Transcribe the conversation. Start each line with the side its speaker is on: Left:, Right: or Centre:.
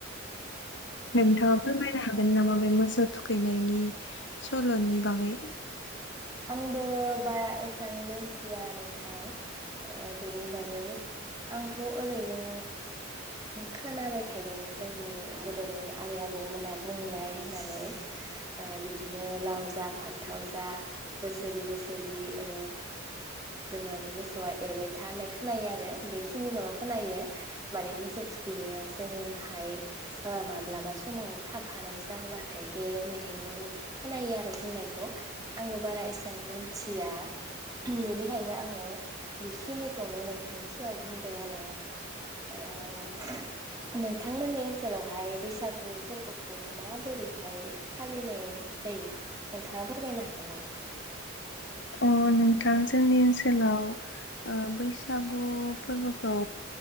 Left: नोंथाङा फोरमाय नो हागोन नामा बे मोसौ थुखैनायनि सल'नि बागै
Right: आंबो बारा एसां मोनथिया नोंथां ओ बेनि बागै आंथ' ओरैनो खोनाबाय थायो जोंनि गोदोनि आबै आबौमोनहा बुंबाय होननानै ओ बिदिनो लाव जा फान्थाव जा बोसोरि बोसोरि ओ जोंहानि मोसौआ एरबाय था होननाय खोनायो आरो बेखिनिखौल' खोनायो माने मोसौ थुखैनायाव जोङोहाय माब्लाबा समाव थाफानाय जाब्लाथाय बे मेथाइखौ खोनायो आरो बुंनायखौ आंबो बारा एस बां मोनथिया बेनिखायनो आङो बेखिनिखौनो नोंथांनि सियाव बुंबाय आरो नोंथांमोननि ओनसोलावहाय बैसागु फोरबोखौ माबोरैहाय फालिनाय जायो नोंथाङा फोरमायनो हागोन नामा?
Left: अ नोंथां जोंनि ओनसोलाव ओ बैसागु फोरबोखौ